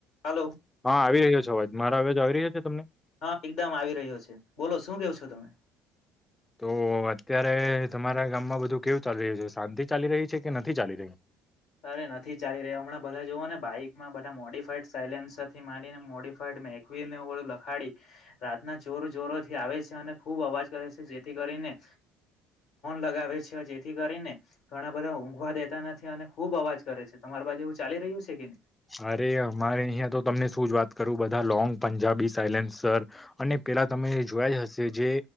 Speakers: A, on the left (about 70°); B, on the left (about 15°).
A: હાલો
B: હા, આવી રહ્યો છે અવાજ મારા અવાજ આવી રહ્યો છે તમને?
A: હા, એકદમ આવી રહ્યો છે, બોલો શું કેવો છો તમે?
B: તો અત્યારે તમારા ગામમાં બધું કેવું ચાલી રહ્યું છે, શાંતિ ચાલી રહી છે કે નથી ચાલી રહી?
A: અરે નથી ચાલી રહ્યો હમણાં બધા જોઓ ને બાઈકમાં બધા મોડીિફાઈડ સાયલેન્સથી માંડીને મોડીફાઈડ મેગવીલ લખાડી રાતના ચોર જોરો થી આવે છે, અને ખુબ અવાજ કરે છે જેથી કરી ન લગાવે છે જેથી કરીને ઘણા બધા ઊઘવા દેતા નથી અને ખુબ અવાજ કરે છે, તમારી બાજુ એવું ચાલી રહ્યું છે કે ન?
B: અરે અમારે અહીં તો તમને શું જ વાત કરું બધા લોંગ પંજાબી સાયલેસ અને પેલા તમે જોયા જ હશે જે